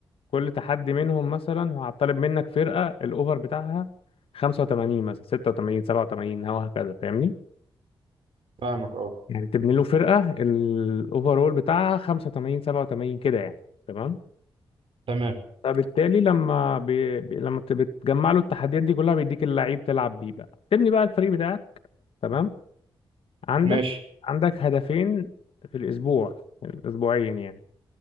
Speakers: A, on the left; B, on the right.
A: كل تحدي منهم مثلا هطالب منك فرقه الاوفر بتاعها 85 مثلا 86 87 وهكذا فاهمني
B: فاهمك اه
A: يعني تبني له فرقة الأوفرول بتاعها 85 87 كده يعني تمام
B: تمام
A: فبالتالي لما بي... بي... لما بت- بتجمع له التحديات دي كلها بيديك اللعيب تلعب بيه بقى تبني بقى الفريق بتاعك تمام عندك
B: ماشي
A: عندك هدفين في الأسبوع أسبوعيا يعني